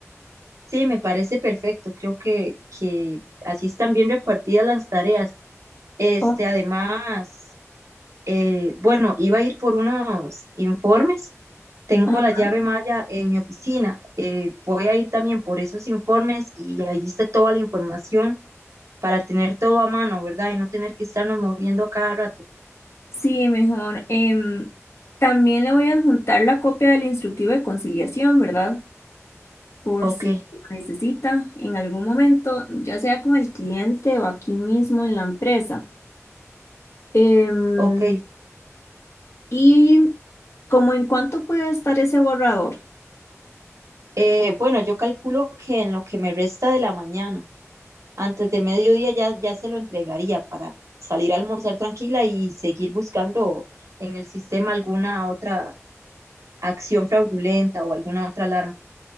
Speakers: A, on the right; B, on the left.
A: Sí, me parece perfecto. Creo que, que así están bien repartidas las tareas. Este,
B: Oh,
A: además, eh, bueno, iba a ir por unos informes. Tengo
B: ajá.
A: la llave Maya en mi oficina. Eh, voy a ir también por esos informes y ahí está toda la información para tener todo a mano, ¿verdad? Y no tener que estarnos moviendo a cada rato.
B: Sí, mejor. Em, también le voy a adjuntar la copia del instructivo de conciliación, ¿verdad? por
A: Ok,
B: si lo necesita en algún momento, ya sea con el cliente o aquí mismo en la empresa. Em,
A: ok.
B: y como en cuánto puede estar ese borrador.
A: Eh, bueno, yo calculo que en lo que me resta de la mañana. Antes de mediodía ya, ya se lo entregaría para salir a almorzar tranquila y seguir buscando en el sistema alguna otra acción fraudulenta o alguna otra alarma.